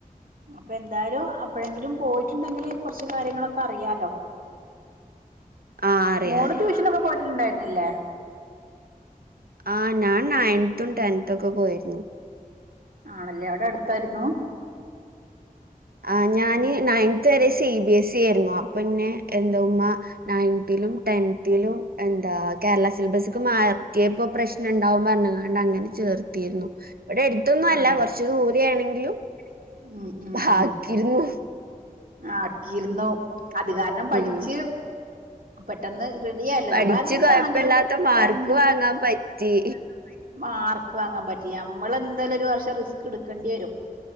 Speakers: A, on the right; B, on the right.
A: അപ്പൊ എന്തായാലും അപ്പോഴെങ്കിലും പോയിട്ടുണ്ടെങ്കിൽ കുറച്ച് കാര്യങ്ങളൊക്കെ ഇപ്പറിയാലോ.
B: ആഹ് അറിയാം
A: മോള്
B: അറിയാം
A: ട്യൂഷനൊക്കെ പോയിട്ടുണ്ടായിരുന്നില്ലേ.
B: ആഹ് ഞാൻ നയൻത്തും ടെൻത്തൊക്കെ പോയിരുന്നു.
A: ആണല്ലേ. അവിടെ അടുത്തായിരുന്നോ.
B: ആഹ് ഞാനീ നയൻത് വരെ സി ബി എസ് ഇ ആയിരുന്നു. അപ്പോ ന്നെ എന്റെ ഉമ്മ നയൻത് ലും ടെൻതിലും, എന്താ കേരള സിലബസിക്ക് മാറ്റിയപ്പോ പ്രശ്നണ്ടാവും പറഞ്ഞ്കൊണ്ട് അ ങ്ങനെ ചേർത്തിരുന്നു. ഇവിടെ അടുത്തൊന്നും അല്ല
A: ആണോ
B: കൊറച്ച് ദൂരെയാണെങ്കിലും,
A: ഉം. ഉം ഉം
B: ആക്കിയിരുന്നു.
A: ആക്കിയിരുന്നു. അത് കാരണം പഠിച്ച്
B: ഉം
A: പെട്ടെന്ന് റെഡിയായല്ലോ.
B: പഠിച്ച്
A: നമ്മളെന്താണെങ്കിലും
B: കൊഴപ്പല്ലാത്ത മാർക്ക്
A: രണ്ട് <unintelligible>
B: വാങ്ങാൻ പറ്റി
A: മാർക്ക് വാങ്ങാൻ പറ്റി. നമ്മളെന്തായാലും ഒരു വർഷം റിസ്കെടുക്കേണ്ടി വരും.